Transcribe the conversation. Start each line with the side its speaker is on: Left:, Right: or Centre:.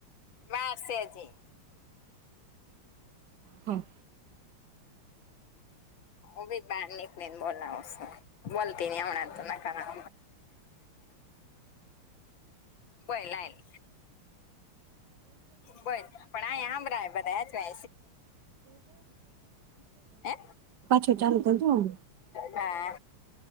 Left: મેસેજી.
Right: હા.
Left: ઓ બી બારનિક મેન બોલાવ સિ. વોલતીની અણાત ના કારણ. ભય લાઈ. બંધ પણએ આયા આમડા <unintelligible> હે?
Right: કે જાને તે તું આમ.
Left: હા.